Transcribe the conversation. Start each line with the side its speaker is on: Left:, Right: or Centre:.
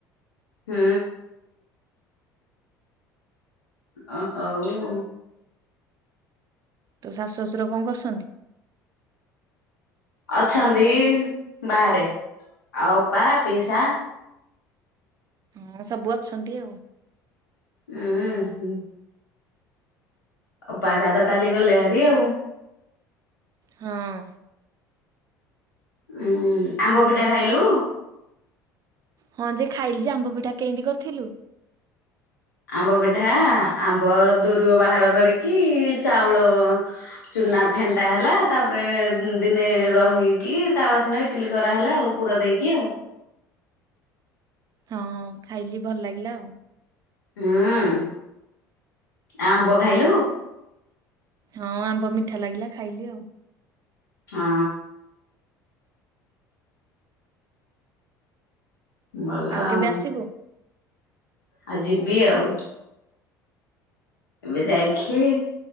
Left: ହୁଁ। ଆହୋ ଓ।
Right: ତୋ ଶାଶୁ ଶଶୁର କଣ କରୁଛନ୍ତି?
Left: ଅଛନ୍ତି ବାହାରେ, ଆଉ ଅପା, ପିସା?
Right: ହଁ ସବୁ ଅଛନ୍ତି ଆଉ।
Left: ହଁ ହ। ଅପା ହେରିକା ତ କାଲି ଗଲେ ଭାରି ଆଉ।
Right: ହଁ।
Left: ଉୁଁ ଆମ୍ବ ପିଠା ଖାଇଲୁ?
Right: ହଁ ଯେ ଖାଇଲି ଯେ ଆମ୍ବ ପିଠା କେମିତି କରିଥିଲୁ।
Left: ଆମ୍ବ ପିଠା ଆମ୍ବ ଦୋରୁଅ ବାହାର କରିକି ଚାଉଳ ଚୁନା ଫ ଫେଣ୍ଟା ହେଲା ତାପରେ ଦିନେ ରହିକି ତା ବା ସିନା ଇଟିଲି କରାହେଲା ଆଉ ପୁର ଦେଇକି ଆଉ।
Right: ହଁ ଖାଇଲି ଭଲ ଲାଗିଲା ଆଉ।
Left: ହୁଁ ଆମ୍ବ ଖାଇଲୁ?
Right: ହଁ ଆମ୍ବ ମିଠା ଲାଗିଲା ଖାଇଲି ଆଉ।
Left: ହଁ। ଭଲ ଆଉ।
Right: କେବେ ଆସିବୁ?
Left: ଆଉ ଯିବି ଆଉ। ଏବେ ଯାଇଥିଲି